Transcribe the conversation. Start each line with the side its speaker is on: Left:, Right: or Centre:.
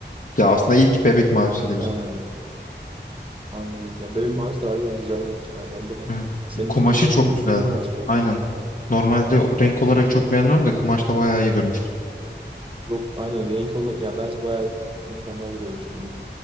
Left: ya aslında ilk bebek mavisiydi
Right: Ha,
Left: bizim.
Right: anladım. Ya bebek mavisi de harbiden güzel renk yani. Ben de
Left: Evet.
Right: senin
Left: Kumaşı
Right: üstünde gördüm
Left: çok
Right: hatırlıyorum
Left: güzeldi.
Right: az çok.
Left: Aynen. Normalde renk olarak
Right: Evet
Left: çok
Right: evet.
Left: beğenmem de kumaşta bayağı iyi durmuştu.
Right: Yok aynen renk olur. Ya bence bayağı mükemmel duruyor üstünde.